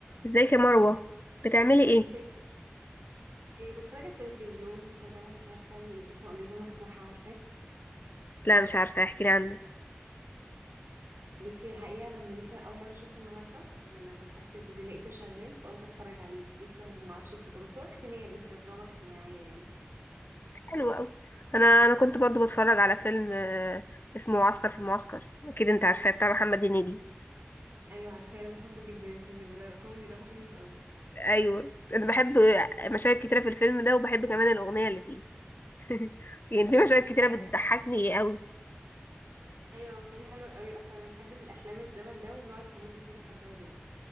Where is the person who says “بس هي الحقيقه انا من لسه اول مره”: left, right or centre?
Right